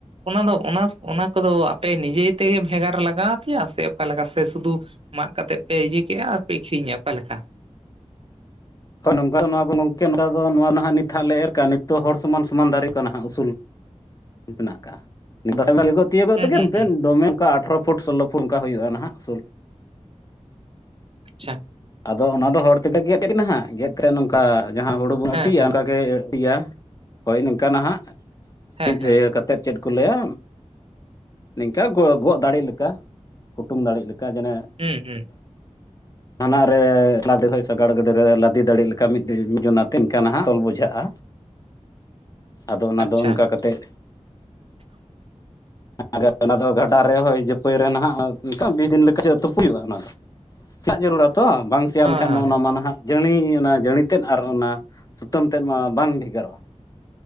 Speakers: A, on the right; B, on the left.
A: ᱚᱱᱟ ᱫᱚ ᱚᱱᱟ ᱚᱱᱟ ᱠᱚᱫᱚ ᱟᱯᱮ ᱱᱤᱡᱮ ᱛᱮᱜᱮ ᱵᱷᱮᱜᱟᱨ ᱞᱟᱜᱟᱣ ᱯᱮᱭᱟ ᱥᱮ ᱚᱠᱟᱞᱮᱠᱟ? ᱥᱮ ᱥᱩᱫᱷᱩ ᱢᱟᱜ ᱠᱟᱛᱮᱫ ᱯᱮ ᱤᱭᱟᱹ ᱠᱮᱜᱼᱟ ᱟᱨ ᱯᱮ <unintelligible> ᱚᱠᱟ ᱞᱮᱠᱟ
B: ᱦᱳᱭ ᱱᱚᱝᱠᱟ ᱫᱚ ᱱᱚᱣᱟ ᱜᱚᱝᱠᱮ ᱱᱚᱝᱠᱟ ᱫᱚ ᱱᱚᱣᱟ ᱨᱮᱱᱟᱜ ᱱᱟᱜ ᱱᱤᱛ ᱦᱟᱸᱜ ᱞᱮ ᱮᱨ ᱠᱟᱜᱼᱟ ᱱᱤᱛ ᱫᱚ ᱦᱚᱲ ᱥᱚᱢᱟᱱ ᱥᱚᱢᱟᱱ ᱫᱟᱨᱮ ᱠᱚᱜᱼᱟ ᱱᱟᱦᱟᱜ ᱩᱥᱩᱞ᱾ ᱢᱮᱱᱟᱜ ᱟᱠᱟᱜᱼᱟ <unintelligible> ᱯᱟᱹᱛᱤᱭᱟᱹ ᱠᱟᱛᱮ
A: ᱦᱩᱸ
B: ᱜᱮ
A: ᱦᱩᱸ
B: ᱯᱮ
A: ᱦᱩᱸ
B: ᱫᱚᱢᱮ ᱚᱱᱠᱟ ᱟᱴᱷᱚᱨᱚ ᱯᱷᱩᱴ ᱥᱳᱞᱳ ᱯᱷᱩᱴ ᱚᱱᱠᱟ ᱦᱩᱭᱩᱜᱼᱟ ᱱᱟᱦᱟᱜ ᱥᱳᱞ
A: ᱟᱪᱷᱟ᱾
B: ᱟᱫᱚ ᱚᱱᱟ ᱫᱚ ᱦᱚᱲ ᱛᱮᱫᱮ ᱜᱮᱫᱮᱫ ᱠᱟᱱᱟ ᱱᱟᱦᱟᱸᱜ, ᱜᱮᱫ ᱠᱟᱛᱮᱫ ᱱᱚᱝᱠᱟ ᱡᱟᱦᱟᱸ ᱦᱩᱲᱩ ᱵᱚᱱ
A: ᱦᱮᱸ
B: ᱟᱹᱴᱤᱭᱟ
A: ᱦᱮᱸ
B: ᱚᱱᱠᱟ ᱜᱮ ᱟᱹᱴᱤᱭᱟ᱾ ᱦᱳᱭ ᱱᱚᱝᱠᱟ ᱱᱟᱦᱜ
A: ᱦᱮᱸ
B: ᱢᱤᱫ
A: ᱦᱮᱸ
B: ᱤᱭᱟᱹ ᱠᱟᱛᱮᱫ ᱪᱮᱫ ᱠᱚ ᱞᱟᱹᱭᱟ, ᱱᱤᱝᱠᱟ ᱜᱚ ᱜᱚᱜ ᱫᱟᱲᱮᱜ ᱞᱮᱠᱟ ᱠᱩᱴᱩᱢ ᱫᱟᱲᱮᱜ ᱞᱮᱠᱟ, ᱡᱮᱱᱚ
A: ᱦᱩᱸ ᱦᱩᱸ᱾
B: ᱦᱟᱱᱟ ᱨᱮ ᱞᱫᱮ ᱦᱚᱭ ᱥᱟᱜᱟᱲ ᱜᱟᱹᱰᱤᱨᱮ ᱞᱟᱫᱮ ᱫᱟᱲᱮᱜ ᱞᱮᱠᱟ ᱢᱤᱫ ᱡᱚᱱᱟᱛᱮ ᱠᱟᱱᱟ ᱦ ᱚᱞ ᱵᱩᱡᱷᱟᱜᱼᱟ᱾ ᱟᱫᱚ ᱚᱱᱟ
A: ᱟᱪᱪᱷᱟ
B: ᱫᱚ ᱚᱱᱠᱟ ᱠᱟᱛᱮᱫ ᱟᱨ ᱚᱱᱟ ᱫᱚ ᱜᱟᱰᱟ ᱨᱮ ᱦᱚᱭ ᱡᱟᱹᱯᱟᱹᱭ ᱨᱮ ᱱᱟᱦᱟᱜ ᱚᱱᱠᱟ <unintelligible> ᱛᱩᱯᱩᱭᱚᱜᱼᱟ ᱚᱱᱟ ᱫᱚ ᱾ ᱥᱮᱟᱜ ᱡᱟᱹᱨᱩᱲᱟᱛᱚ ᱵᱟᱝ ᱥᱮᱭᱟᱢ
A: ᱦᱳᱭ
B: ᱠᱷᱟᱱᱡ
A: ᱦᱳᱭ
B: ᱢᱟ ᱚᱱᱟ ᱢᱟ ᱱᱟᱦᱟᱜ ᱡᱟᱹᱲᱤ ᱚᱱᱟ ᱡᱟᱹᱲᱤ ᱛᱮᱫ ᱟᱨ ᱚᱱᱟ ᱥᱩᱛᱟᱹᱢ ᱛᱮᱫ ᱢᱟ ᱵᱟᱝ ᱵᱷᱮᱜᱟᱨᱚᱜᱼᱟ